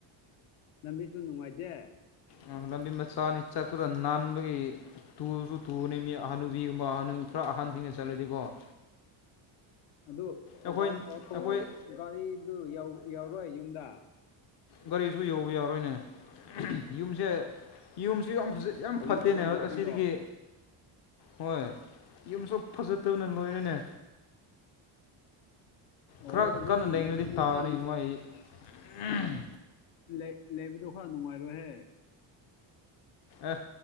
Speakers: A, on the left; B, on the left.
A: ꯂꯝꯕꯤꯁꯨ ꯅꯨꯡꯉꯥꯏꯇꯦ
B: ꯑ ꯂꯝꯕꯤ ꯃꯆꯥꯅꯤ ꯆꯠꯄꯗ ꯅꯥꯟꯕꯒꯤ ꯇꯨꯁꯨ ꯇꯨꯕꯅꯤ ꯃꯤ ꯍꯅꯨꯕꯤꯒꯨꯝꯕ ꯍꯅꯨ ꯈꯔ ꯑꯍꯟꯁꯤꯡꯅ ꯆꯠꯂꯗꯤꯀꯣ
A: ꯑꯗꯨ
B: ꯑꯩꯈꯣꯏ
A: ꯑꯣꯇꯣ
B: ꯑꯩꯈꯣꯏ
A: ꯒꯥꯔꯤꯗꯨ ꯌꯧꯔꯣꯏ ꯌꯨꯝꯗ
B: ꯒꯥꯔꯤꯁꯨ ꯌꯧꯕ ꯌꯥꯔꯣꯏꯅꯦ ꯌꯨꯝꯁꯦ ꯌꯨꯝꯁꯨ ꯌꯥꯝ ꯌꯥꯝ
A: ꯑꯣ
B: ꯐꯠꯇꯦꯅꯦ
A: ꯌꯧꯔꯣꯏꯕ
B: ꯑꯁꯤꯗꯒꯤ
A: ꯒꯥꯔꯤꯗꯣ
B: ꯍꯣꯏ ꯌꯨꯝꯁꯨ ꯐꯖꯠꯇꯕꯅ ꯂꯣꯏꯔꯦꯅꯦ
A: ꯑꯣ
B: ꯈꯔ
A: ꯑꯗꯨꯗꯤ
B: ꯀꯟꯅ ꯂꯩꯉꯩꯗꯤ
A: ꯂꯩꯕꯗꯨ
B: ꯇꯥꯔꯅꯤ
A: ꯈꯔ
B: ꯃꯥꯏ ꯎꯡ
A: ꯂꯩ ꯂꯩꯕꯗꯣ ꯈꯔ ꯅꯨꯡꯉꯥꯏꯔꯣꯏꯍꯦ
B: ꯑꯦ